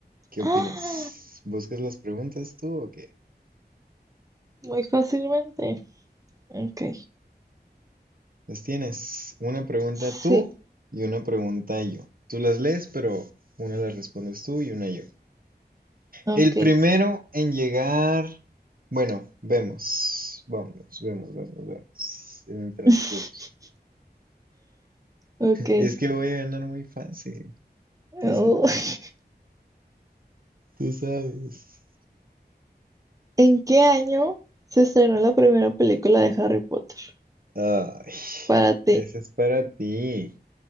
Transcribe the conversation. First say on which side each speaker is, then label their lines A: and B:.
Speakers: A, on the right; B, on the right.
A: ¿Qué
B: <gasps>
A: opinas?
B: ¡Ah!
A: ¿Buscas las preguntas tú o qué?
B: Muy fácilmente. Ok.
A: Las tienes. Una pregunta
B: Sí,
A: tú y una pregunta yo. Tú las lees, pero una la respondes tú y una yo.
B: ok.
A: El primero en llegar... Bueno, vemos. Vamos, vemos, vemos, vemos. En el transcurso.
B: <laughs> Ok.
A: Es que voy a ganar muy fácil, tú
B: Oh,
A: sabes,
B: <laughs>
A: tú sabes.
B: ¿En qué año se estrenó la primera película de Harry Potter?
A: Ay,
B: Para ti.
A: ese es para ti.